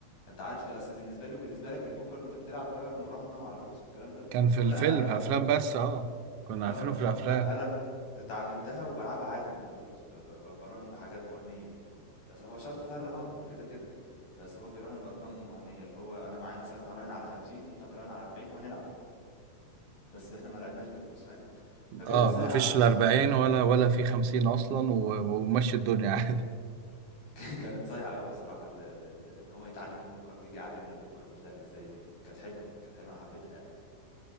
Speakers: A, on the left; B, on the right.
A: انت عارف اصل بالنسبة لي وبالنسبة لك البوكر انت بتلعب بقى مراهنة وعلى فلوس والكلام ده
B: كان في
A: هو
B: الفيلم
A: لا انا قال انت
B: في افلام بس اه كنا
A: اه
B: عارفينه
A: فهو
B: في الافلام
A: لا قال انا اتعلمتها وبلعبها عادي من غير فلوس ب- ب- ب- براهن بحاجات وهمية بس هو شرط فيها الرهان كده كده بس هو بيراهن بأرقام وهمية اللي هو انا معايا مثلا هراهن على 50 وانت هتراهن على 40 وهنلعب بس احنا ما لعبناش بفلوس فاهم فكانت
B: اه
A: صايعة
B: ما فيش
A: قوي بصراحة
B: لا 40 ولا ولا في 50 اصلا و- ومشي الدنيا <laughs> عادي
A: <laughs> كانت صايعة قوي بصراحة ال- ال- ال- ان هو يتعلم البوكر ويجي يعلمنا البوكر بيتلعب ازاي دي كانت حلوة كانت حلوة انا حبيتها يعني